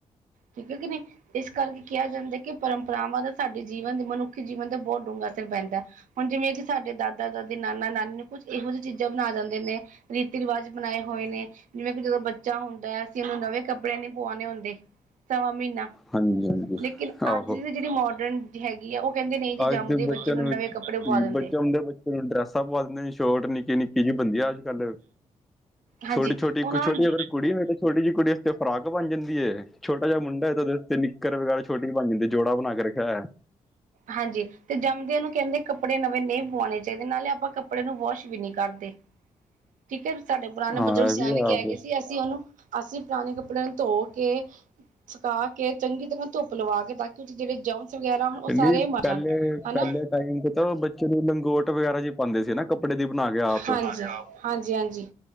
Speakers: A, on the right; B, in the centre.
A: ਠੀਕ ਹੈ ਕਿ ਨੀ। ਇਸ ਕਰਕੇ ਕਿਹਾ ਜਾਂਦਾ ਕਿ ਪਰੰਪਰਾਵਾਂ ਦਾ ਸਾਡੇ ਜੀਵਨ ਦੇ ਮਨੁੱਖੀ ਜੀਵਨ ਤੇ ਬਹੁਤ ਡੂੰਘਾ ਅਸਰ ਪੈਂਦਾ। ਹੁਣ ਜਿਵੇਂ ਕਿ ਸਾਡੇ ਦਾਦਾ ਦਾਦੀ, ਨਾਨਾ ਨਾਨੀ ਨੂੰ ਕੁਝ ਇਹੋ ਜਿਹੀ ਚੀਜ਼ਾਂ ਬਣਾ ਜਾਂਦੇ ਨੇ। ਰੀਤੀ ਰਿਵਾਜ ਬਣਾਏ ਹੋਏ ਨੇ ਜਿਵੇਂ ਕਿ ਜਦੋਂ ਬੱਚਾ ਹੁੰਦਾ ਹੈ ਅਸੀਂ ਉਹਨੂੰ ਨਵੇਂ ਕੱਪੜੇ ਨਹੀਂ ਪੁਆਉਣੇ ਹੁੰਦੇ। ਸਵਾਂ ਮਹੀਨਾ
B: ਹਾਂਜੀ-ਹਾਂਜੀ,
A: ਲੇਕਿਨ
B: ਆਹੋ।
A: ਅੱਜ ਦੀ ਜਿਹੜੀ ਮੋਡਰਨ ਦੀ ਹੈਗੀ ਆ ਉਹ ਕਹਿੰਦੇ ਨਹੀਂ ਜੀ ਜੰਮਦੇ
B: ਅੱਜ ਦੇ
A: ਬੱਚੇ
B: ਬੱਚਿਆਂ ਨੂੰ
A: ਨਵੇਂ ਕੱਪੜੇ ਪਵਾ ਦਿੰਦੇ
B: ਬੱਚਾ ਹੁੰਦਾ ਬੱਚੇ ਨੂੰ ਡਰੈਸਾਂ ਪਾ ਦਿੰਦੇ ਨੇ ਸ਼ੋਰਟ ਨਿੱਕੇ -ਨਿੱਕੇ ਕੀ ਜੀ ਬਣਦੀਆ ਅੱਜ ਕੱਲ
A: ਹਾਂਜੀ
B: ਛੋਟੀ-ਛੋਟੀ
A: ਉਹਨਾਂ
B: ਕੁਛ ਛੋਟੀਆਂ
A: ਨੂੰ
B: ਫਿਰ ਕੁੜੀ ਹੋਏ ਤੇ ਛੋਟੀ ਜਿਹੀ ਕੁੜੀ ਆਸਤੇ ਫਰਾਕ ਬਣ ਜਾਂਦੀ ਛੋਟਾ ਜਿਹਾ ਮੁੰਡਾ ਤੇ ਉਹਦੇ ਉੱਤੇ ਨਿੱਕਰ ਵਗੈਰਾ ਛੋਟੀ ਬਣ ਜਾਂਦੀ ਜੋੜਾ ਬਣਾ ਕੇ ਰੱਖਿਆ ਹੋਇਆ।
A: ਹਾਂਜੀ ਤੇ ਜੰਮਦਿਆਂਨੂੰ ਕਹਿੰਦੇ ਕੱਪੜੇ ਨਵੇਂ ਨਹੀਂ ਪੁਵਾਉਣੇ ਚਾਹੀਦੇ ਨਾਲੇ ਆਪਾਂ ਕੱਪੜੇ ਨੂੰ ਵਾਸ਼ ਵੀ ਨਹੀਂ ਕਰਦੇ। <inaudible> ਠੀਕ ਹੈ ਸਾਡੇ ਪੁਰਾਣੇ
B: ਹਾਂ
A: ਬਜ਼ੁਰਗ ਸਿਆਣੇ
B: ਇਹ ਵੀ ਹੈ
A: ਕਹਿ
B: ਆਹੋ
A: ਗਏ ਸੀ ਅਸੀਂ ਉਹਨੂੰ ਅਸੀਂ ਪੁਰਾਣੇ ਕੱਪੜਿਆਂ ਨੂੰ ਧੋ। ਕੇ ਸੁਕਾ ਕੇ ਚੰਗੀ ਤਰ੍ਹਾਂ ਧੁੱਪ ਲਵਾ ਕੇ ਤਾਂ ਕਿ ਉਹ ਜਿਹੜੇ ਜਮਸ ਵਗੈਰਾ ਹੋਣ ਉਹ ਸਾਰੇ
B: ਨਹੀਂ
A: ਮਰ
B: ਪਹਿਲੇ
A: ਜਾਣ ਹਨਾ।
B: ਪਹਿਲੇ ਟਾਈਮ ਤੇ ਤਾਂ ਬੱਚੇ ਨੂੰ ਲੰਗੋਟ ਵਗੈਰਾ ਜੀ ਪਾਉਂਦੇ ਸੀ ਨਾ ਕੱਪੜੇ ਦੀ ਬਣਾ ਕੇ ਆਪ
A: ਹਾਂਜੀ- ਹਾਂਜੀ- ਹਾਂਜੀ।